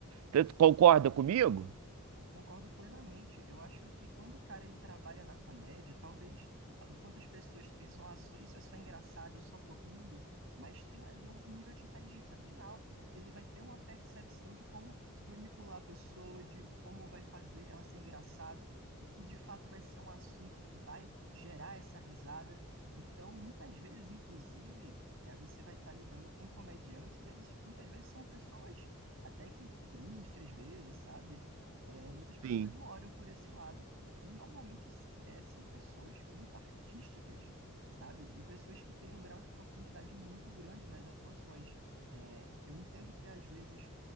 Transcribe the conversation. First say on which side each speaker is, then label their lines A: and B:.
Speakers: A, on the right; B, on the right.
A: Tanto- Concorda comigo?
B: Eu concordo plenamente. Eu acho que quando o cara ele trabalha na comédia, talvez ah, enquanto as pessoas pensam, ah, só- isso é só engraçado, eu só tô rindo, mas tem ali um nível de inteligência bem alto, porque ele vai ter uma percepção de como manipular a pessoa, de como vai fazer ela ser engraçado, o que de fato vai ser um assunto que vai gerar essa risada. Então, muitas vezes, inclusive, eh, você vai estar lidando com comediantes, eles muitas vezes são pessoas até que tristes às vezes, sabe? é, muitas pessoas
A: Sim.
B: não olham por esse lado. E normalmente é, são pessoas muito artísticas, sabe? E pessoas que têm um grau de profundidade muito grande nas atuações. É, eu entendo que às vezes